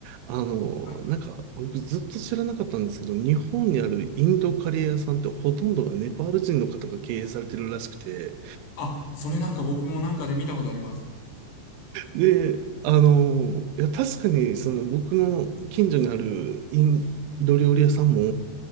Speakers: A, on the right (about 80°); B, on the left (about 65°).
A: あの、
B: はい。
A: なんか、僕ずっと知らなかったんですけど、日本にあるインドカレー屋さんってほとんどがネパール人の方が経営されてるらしくて、
B: あ、それなんか僕もなんかで見たことあります。
A: で、あの、いや、確かに、その僕の近所にあるインド料理屋さんも、